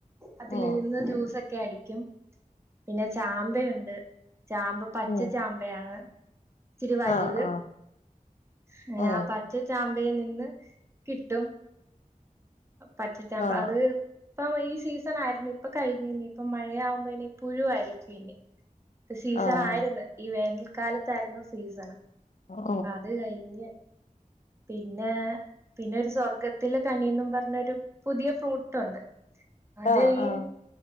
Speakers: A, on the right; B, on the left.
A: അതിലി
B: ഉം
A: രുന്ന് ജ്യൂസ് ലെ അടിക്കും പിന്നെ ചാമ്പയുണ്ട് ചാമ്പ പച്ച
B: ഉം
A: ചാമ്പ <unintelligible> ച്ചിരി വൽത്
B: ആഹ് ആഹ്
A: അങ്ങനെ
B: ഉം
A: ആ പച്ച ചാമ്പയി നിന്ന് കിട്ടും പച്ചചാ മ്പ
B: ആഹ്
A: അത് ഇപ്പൊ ഈ സീസൺ ആയിരുന്നു ഇപ്പൊ കഴിഞ്ഞുനി ഇപ്പം മഴയാവുമ്പോ ഇനി പുഴുവായിരിക്കും ഇനി സീസൺ
B: ആഹ്
A: ആയിരുന്നു ഈ വേനൽക്കാലത്തായിരുന്നു സീസണ്
B: ഉം
A: അത് കഴിഞ്ഞ് പിന്നെ പിന്നെ ഒരു സ്വർഗ്ഗത്തിലെ കനിയും പറഞ്ഞരു പുതിയ ഫ്രൂട്ടുണ്ട് അത്
B: ആഹ്
A: ഈ
B: ആഹ്